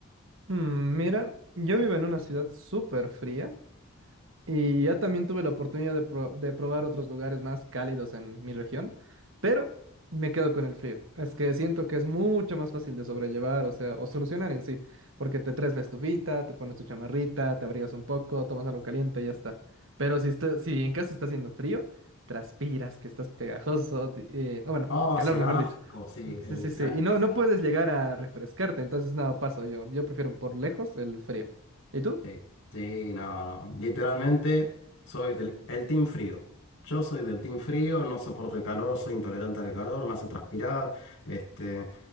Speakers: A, on the right; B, on the left.
A: Mm, mira, yo vivo en una ciudad súper fría Y ya también tuve la oportunidad de, pro- de probar otros lugares más cálidos en mi región, pero me quedo con el frío. Es que siento que es mucho más fácil de sobrellevar, o sea, o solucionar en sí, porque te traes la estufita, te pones tu chamarrita, te abrigas un poco, tomas algo caliente y ya está. Pero si, está, si en casa está haciendo frío, transpiras, que estás pegajoso, di- eh, o bueno,
B: Oh,
A: calor
B: es un
A: mejor
B: asco,
A: dicho.
B: sí. el-
A: Sí, sí,
B: o sea,
A: sí. Y no,
B: es
A: no
B: un asco.
A: puedes llegar a refrescarte, entonces nada, paso yo. Yo prefiero por lejos el frío. ¿Y tú?
B: Sí, sí, no, no. Literalmente soy del el team frío. Yo soy del team frío, no soporto el calor, soy intolerante al calor, me hace transpirar. este.